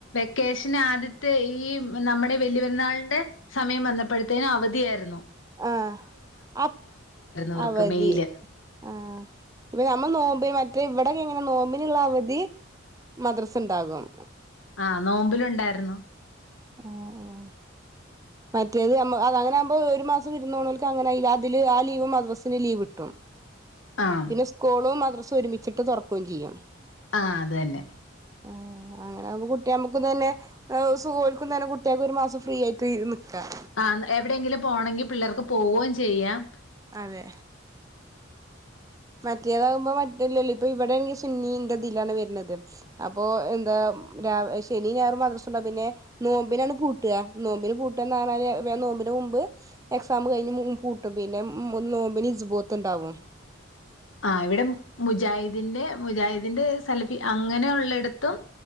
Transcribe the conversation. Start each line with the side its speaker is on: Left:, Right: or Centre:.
Left: വെക്കേഷന് ആദ്യത്തെ ഈ നമ്മുടെ വെല്ല്യ പെരുന്നാളിന്റെ സമയം ബന്നപ്പെഴ്ത്തേന് അവധിയായി രുന്നു
Right: ആഹ് <unintelligible>
Left: ഇവർക്ക്
Right: അവധി
Left: മെയില്
Right: ആ <unintelligible> ന്നമ്മള് നോമ്പ്ന് മറ്റേ ഇവ്ടൊക്കെ എങ്ങനെ ന്നോമ്പ്ന്ള്ള അവധി മദർസ് ഇണ്ടാകും
Left: ആ ന്നോമ്പിലുണ്ട് ണ്ടാര്ന്നു
Right: ആഹ് ആഹ് മറ്റേത് അമ്മോ <unintelligible> അങ്ങനെ ആകുമ്പോ ഒരു മാസം വിര്ന്നോണോൽക്ക് അങ്ങനെ <unintelligible> അതില് ആ ലീവ് മദ്രസ് ല് ലീവ് കിട്ടും
Left: ആഹ്
Right: പിന്നെ സ്കോളും മദ്റസ് <unintelligible> ഒരുമിച്ചിട്ട് തൊറ്ക്കും ചെയ്യും
Left: ആ അതന്നെ
Right: ആ അങ്ങനാകുമ്പോ കുട്ടി അമ്മക്കും തന്നെ സു ഓൽക്കും തന്നെ കുട്ടിൾക്ക് ഒരു മാസം ഫ്രീ ആയിട്ട് ന്നിക്കാം
Left: ആ എവിടെയെങ്കിലും പോണങ്കിൽ പിള്ളേർക്ക് പോവും ചെയ്യാം
Right: അതെ മറ്റേതാകുമ്പോ മറ്റല്ല ല്ല ഇത് ഇവിടെണെങ്കി സുന്നിന്റെതിലാണ് വെര്ന്നത് അപ്പൊ എന്താ രാ ശനി ഞായറും മദ്രസ് ഇണ്ടാവും പിന്നെ നോമ്പിനാണ് പൂട്ട്അ നോമ്പിന് പൂട്ട്അ <unintelligible> നോമ്പിന് മുമ്പ് എക്സാമ് കഴിഞ്ഞ് പൂട്ടും പിന്നെ ന്നോമ്പിന് ഇസ്ബോത്ത് ഇണ്ടാവും
Left: ആ ഇവിടെ മുജാഹിദിന്റെ മുജാഹിദിന്റെ സലഫി അങ്ങനെ ഉള്ളിടത്തും